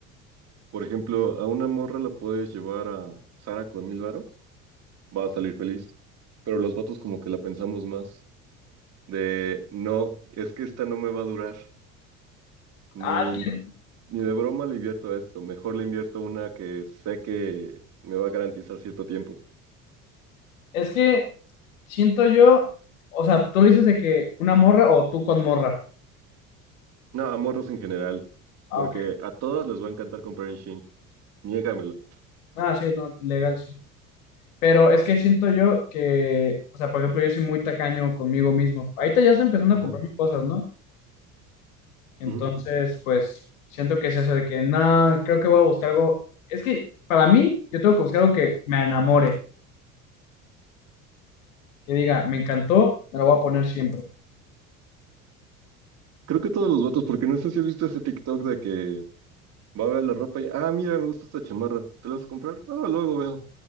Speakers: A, on the right; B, on the left.
A: Por ejemplo, a una morra la puedes llevar a Sara con mil varos, va a salir feliz. Pero los vatos como que la pensamos más. De, no, es que esta no me va a durar. Ni,
B: Ah, es que,
A: en- ni de broma le invierto a esto. Mejor le invierto a una que sé que me va a garantizar cierto tiempo.
B: es que siento yo, o sea, tú dices de que una morra o tú con morra.
A: No, a morros en general,
B: Ah,
A: porque
B: ok.
A: a todos les va a encantar comprar en Shein, niégamelo.
B: Ah, sí, no, legal, sí. Pero es que siento yo que, o sea, por ejemplo, yo soy muy tacaño conmigo mismo. Ahorita ya estoy empezando
A: Ajá,
B: a comprarme cosas, ¿no? Entonces,
A: ujú.
B: pues, siento que es eso de que, nada, creo que voy a buscar algo. Es que, para mí, yo tengo que buscar algo que me enamore, que diga, me encantó, me lo voy a poner siempre.
A: Creo que todos los vatos, porque no sé si has visto ese TikTok de que va a ver la ropa y, ah, mira, me gusta esta chamarra, ¿te la vas a comprar? Ah, luego veo.